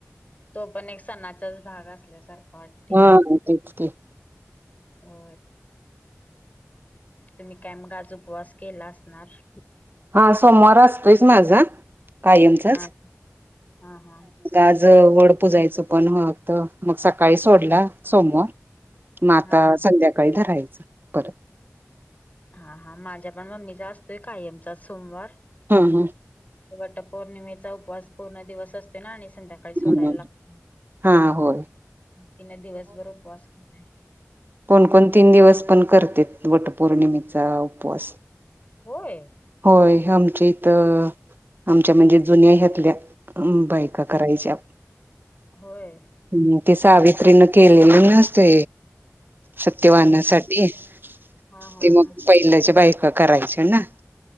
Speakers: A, on the left; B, on the right.
A: तो पण एक सणाचाच भाग असल्यासारखा वाटते
B: हा
A: ते
B: तेच की
A: हो तुम्ही काय मग आज उपवास केला असणार
B: हा सोमवार असतोच माझा कायमचाच
A: हा हा हा
B: आज वड पूजायचं पण हत मग सकाळी सोडला सोमवर मग आता
A: हा
B: संध्याकाळी धरायचं परत
A: हा हा माझ्या पण मम्मीचा असतोय कायमचा सोमवार
B: हम्म हम्म
A: वट पौर्णिमेचा उपवास पूर्ण दिवस असतो ना आणि संध्याकाळी काय सोडायला
B: हम्म.
A: लागत
B: हा होय
A: दिवसभर उपवास केलाय
B: कोणकोण तीन दिवस पण करते वटपौर्णिमेचा उपवास
A: होय
B: होय आमची इथ आमच्या म्हणजे जुन्या ह्यातल्या बायका करायच्या
A: होय
B: हम्म ते सावित्रीन केलेली नसते सत्यवाहनासाठी ते
A: हां, हां,
B: मग
A: हां.
B: पहिल्याच्या बायका करायच्या ह ना